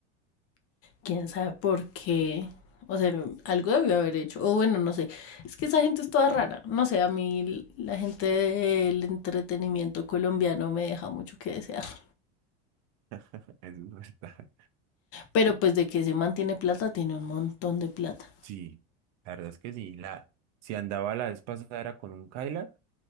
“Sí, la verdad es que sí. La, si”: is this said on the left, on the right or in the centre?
Right